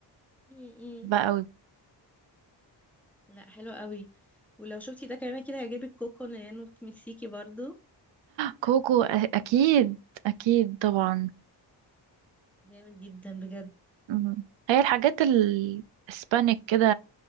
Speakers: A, in the centre; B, on the right.
A: م- م.
B: قوي
A: لا حلو قوي ولو شفتي ده كمان كده هيعجبك كوكو لأنه مكسيكي برضو
B: كوكو أ- اكيد اكيد طبعا
A: جامد جدا بجد
B: مم. هي الحاجات الاسبانيك كده